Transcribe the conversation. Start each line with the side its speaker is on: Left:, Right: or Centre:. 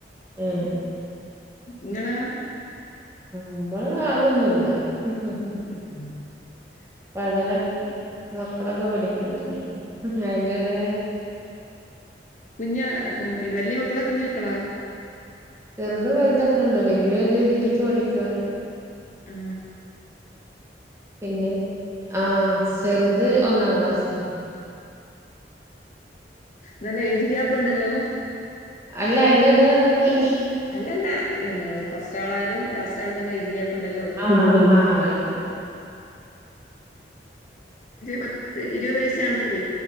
Right: ഏ
Left: ങ്ങളാ
Right: അമ്മള് അതൊന്നുല്ല ഹ്ഹ്
Left: ഉ
Right: പടനൊക്കെ മക്കളൊക്കെ പഠിക്കട്ടേഞ്ഞ് അയിന്റെടെ
Left: കുഞ്ഞ പിന്നെ വല്ല്യ മക്കളാ കുഞ്ഞ മക്കളാ
Right: ചെർതും വൽതൊക്കെ ണ്ട് വല്ല്യേ ഡിഗ്രിക്ക് പഠിക്കാണ്
Left: ആ
Right: പിന്നെ ആ ചെർത് ഒന്നാം ക്ലാസിലും <inaudible>
Left: നല്ല ഏജ് ഗ്യാപ്പ് ഉണ്ടല്ലോ
Right: അല്ല അയ്ന്റെ എടെല് രണ്ടെണ്ണണ്ട്
Left: അല്ലല്ല മ് ഫസ്റ്റ് ആളായാലും ലാസ്റ്റ് ആളും നല്ല എയ്ജ് ഗ്യാ പ്പണ്ടല്ലോ
Right: ആഹ് ആഹ് ഉണ്ട്
Left: പത്ത് ഇരുപത് വയസ്സ് കാണത്തില്ലേ